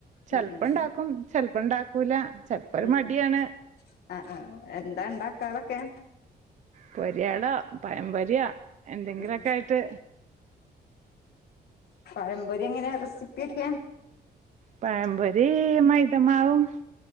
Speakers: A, on the right (about 45°); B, on the left (about 70°).
A: ചെൽപ്പണ്ടാക്കും
B: ഉം ഉം
A: ചെൽപ്പം ഇണ്ടാക്കൂല ചെൽപ്പൊരു
B: ഉം
A: മടിയാണ്
B: ഉം ആ ആ എന്താ ഉണ്ടാക്കാതൊക്കെ
A: പൊരിയാളോ പഴമ്പൊരിയോ എന്തെങ്കിലൊക്കായിട്ട്
B: ഉം പഴമ്പൊരിങ്ങനെ റെസിപ്പിയൊക്കെ
A: പഴമ്പൊരി മൈതമാവും